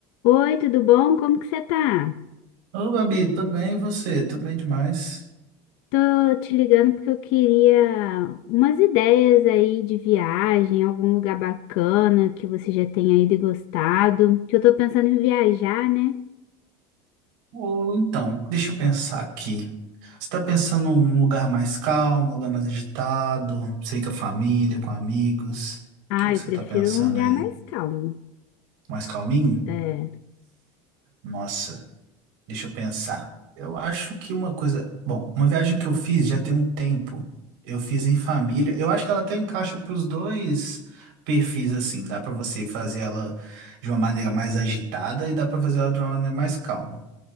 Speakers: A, on the left; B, on the right.
A: Oi, tudo bom? Como que você tá?
B: Ô, Gabi, tô bem, e você? Tô bem demais.
A: Tô te ligando porque eu queria umas ideias aí de viagem, algum lugar bacana que você já tenha ido e gostado. Que eu tô pensando em viajar, né?
B: Ou então, deixa eu pensar aqui. Você tá pensando num lugar mais calmo, um lugar mais agitado? Sei que a família, com amigos.
A: Ah,
B: O que que
A: eu
B: você
A: prefiro
B: tá pensando
A: um lugar
B: aí?
A: mais calmo.
B: Mais calminho?
A: É.
B: Nossa. Deixa eu pensar. Eu acho que uma coisa. Bom, uma viagem que eu fiz já tem um tempo. Eu fiz em família. Eu acho que ela até encaixa para os dois perfis, assim. Dá para você fazer ela de uma maneira mais agitada e dá para fazer ela de uma maneira mais calma.